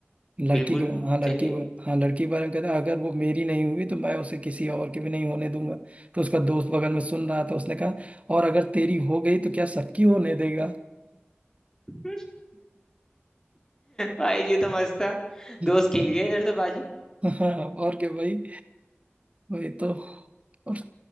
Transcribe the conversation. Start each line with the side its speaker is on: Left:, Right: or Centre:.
Right: लड़की
Left: बिल्कुल
Right: के हाँ लड़की
Left: चलिए
Right: हाँ लड़की के बारे में कहता है अगर वो मेरी नहीं हुई तो मैं उसे किसी और की भी नहीं होने दूंगा तो उसका दोस्त बगल में सुन रहा था उसने कहा और अगर तेरी हो गई तो क्या सबकी होने देगा
Left: <laughs> भाई ये तो मस्त था
Right: <laughs>
Left: दोस्त खेल गया इधर तो बाजी
Right: <laughs> हाँ और क्या भाई वही तो और